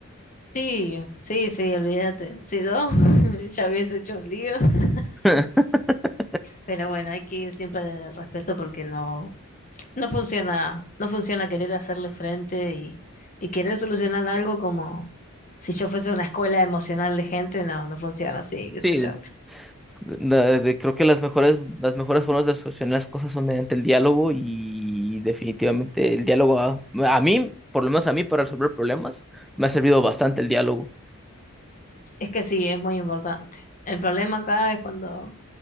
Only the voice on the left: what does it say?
Sí, sí, sí, olvídate. Si no, <laughs> ya hubiese hecho un lío. <laughs>
Pero bueno, hay que ir siempre desde el respeto porque no, No funciona, no funciona querer hacerle frente y, y querer solucionar algo como si yo fuese una escuela emocional de gente, no, no funciona así, qué sé
yo.
Es que sí, es muy importante. El problema acá es cuando,